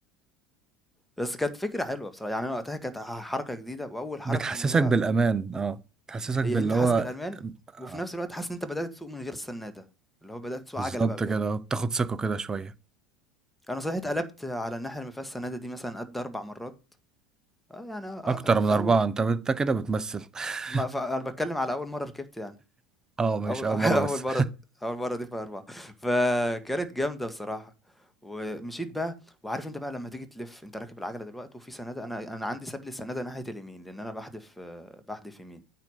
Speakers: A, in the centre; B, on the right.
A: بس كانت فكرة حلوة بصراحة، يعني أنا وقتها كانت ح حركة جديدة وأول حركة
B: بتحسسك
A: في اللي هو
B: بالامان اه بتحسسك
A: هي
B: باللي
A: أنت
B: هو
A: حاسس بالأمان
B: آه،
A: وفي نفس الوقت حاسس إن أنت بدأت تسوق من غير السنّادة، اللي هو بدأت تسوق
B: بالظبط
A: عَجَلة بقى بجد.
B: كده بتاخد ثقه كده شويه
A: أنا صحيح اتقلبت على الناحية اللي ما فيهاش سنّادة دي مثلًا قد 4 مرّات، آه، يعني آه،
B: اكتر
A: آه، في
B: من اربعه
A: أول
B: انت انت كده بتمثل <laughs>
A: ما ف أنا باتكلّم على أول مرّة ركبت يعني.
B: اه ماشي
A: أول <laughs>
B: اول مره
A: أول
B: بس
A: مرة دي أول مرة دي فيها 4 فكانت جامدة بصراحة. ومشيت بقى وعارف أنت بقى لمّا تيجي تلِف، أنت راكب العجلة دلوقتي وفي سنادة أنا أنا عندي ساب لي السنادة ناحية اليمين، لإن أنا باحدف باحدف يمين،